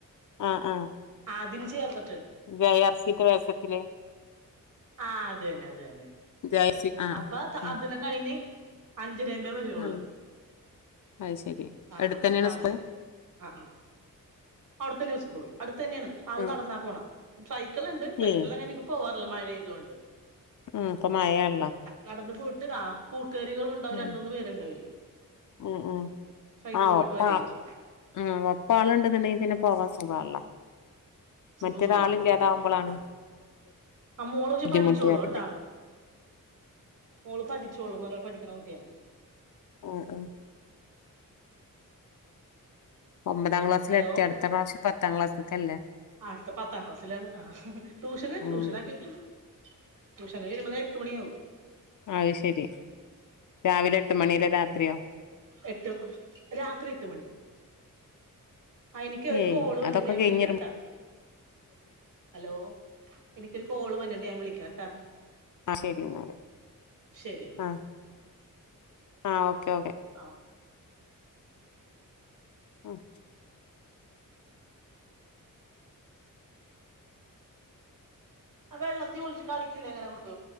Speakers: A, on the left; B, on the right.
A: ആഹ് ആഹ്
B: ആദ്യം ചേർന്ന
A: വെ ആർ സിത്തെ വേസത്തില്
B: ആഹ് അതെന്നെ അതെന്നെ
A: ജേഴ്സി ആഹ്
B: അപ്പ ത
A: ഉം
B: അതിലന്നഴിഞ്ഞ് അഞ്ചരേമ്പ തൊള്ള്
A: ഉം അത് ശരി
B: ആഹ്
A: അടുത്തന്നെയാണ്
B: ആഹ് താമസിക്കും.
A: സ്കൂൾ
B: അഹ് ആഹ് അവ്ടെത്തന്നെ സ്കൂള് അടുത്തന്നേണ് ആള്
A: ഉം
B: നടന്നാ പോണ്. സൈക്കിൾണ്ട് സൈക്കിളങ്ങനെ
A: ഏയ്
B: ഇത് പോവാറില്ല മഴയെയ്ത് കൊണ്ട്.
A: ആഹ് ഇപ്പ മഴേള്ള.
B: നടന്ന് പോയിട്ട് ആഹ് കൂട്ടുകാരികളു അവര്
A: ഉം
B: രണ്ട്, മൂന്ന് പേരുണ്ടവര്
A: ഉം ഉം
B: സൈക്കിള്
A: ആഹ്
B: പോയിട്ട്
A: ഒപ്പ
B: വരേം ചെയ്യും.
A: ആഹ് ഒപ്പാള്ണ്ടെന്നണ്ടെങ്കി പിന്നെ പോകാൻ സുഖാണല്ലോ.
B: സുഖ
A: മറ്റേതാളില്ലാതാവുമ്പളാണ്
B: സുഖോണ് പോവാ വേണ്ടി അഹ് ആഹ് അഹ് മോളോച്ചു
A: ബുദ്ധിമുട്ട്
B: പഠിച്ചോളൂ
A: വരല്
B: ട്ടാ. മോള് പഠിച്ചോളു നല്ലോൺ പഠിക്കണ കുട്ടിയാ.
A: ആഹ് ആഹ് ഒമ്പതാം ക്ലാസ്സിലെത്തി
B: ഹലോ
A: അട്ത്ത പ്രാശ്യം പത്താ ക്ലാസ്ക്കല്ലേ?
B: അട്ത്ത പത്താ ക്ലാസ്സിലാണ് ആഹ് ടൂഷന്ണ്ട്
A: ഉം
B: ടൂഷനാക്കീട്ടണ്ട് ടൂഷകയ്യരുമ്പത്ത് എട്ട് മണിയാവും.
A: അഹ് ശരി രാവിലെ എട്ട് മണിരെ രാത്രി
B: എട്ട് രാത്രി എട്ട് മണി. ആഹ് ഇനിക്ക് ഒരു
A: ഏയ്
B: കോള് വരുന്ന്ണ്ട്
A: അതൊക്കെ
B: ഞാൻ
A: കഴിഞ്ഞരുമ്പോത്തിന്
B: വിളിക്കാട്ടാ? ഹലോ എനിക്കൊരു കോള് വര്ന്ണ്ട് ഞാൻ വിളിക്കാട്ടാ?
A: ആഹ് ശരി ന്നാല്
B: ശരി എന്നാ
A: ആഹ് ആഹ് ഓക്കെ ഓക്കെ.
B: ആഹ് ഓ
A: അഹ്
B: ആഹ് വെള്ളത്തി ഒഴിച്ച് കളിക്കന്നര കുട്ടു